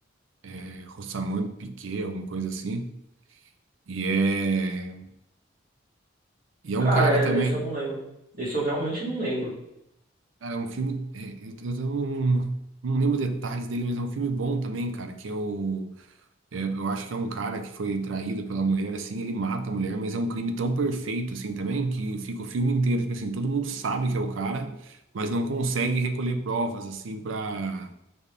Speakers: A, on the right; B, on the right.
A: É Rosamund Pike, alguma coisa assim. E é, e é
B: Cara,
A: um cara
B: é-
A: também.
B: esse eu não lembro. Esse eu realmente não lembro.
A: Cara, é um filme. é, eu, eu não, não lembro detalhes dele, mas é um filme bom também, cara. Que é o. é, eu acho que é um cara que foi traído pela mulher, assim, ele mata a mulher, mas é um crime tão perfeito, assim, também, que fica o filme inteiro, tipo assim, todo mundo sabe que é o cara, mas não consegue recolher provas, assim, pra,